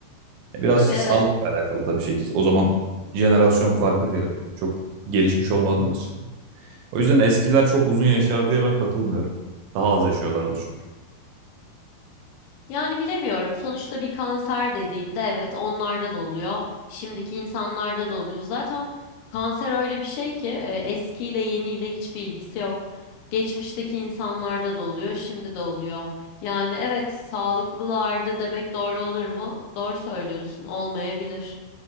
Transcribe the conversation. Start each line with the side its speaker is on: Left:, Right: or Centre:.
Right: Biraz
Left: Tabii
Right: sağlıkla
Left: evet.
Right: alakalı tabii şey. O zaman jenerasyon farkı diyelim. Çok gelişmiş olmadığımız için. O yüzden eskiler çok uzun yaşar diye ben katılmıyorum. Daha az yaşıyorlardı çünkü.
Left: Yani bilemiyorum. Sonuçta bir kanser dediğinde evet onlarda da oluyor. Şimdiki insanlarda da oluyor. Zaten kanser öyle bir şey ki e, eskiyle yeniyle hiçbir ilgisi yok. Geçmişteki insanlarda da oluyor, şimdi de oluyor. Yani evet sağlıklılardı demek doğru olur mu? Doğru söylüyorsun. Olmayabilir.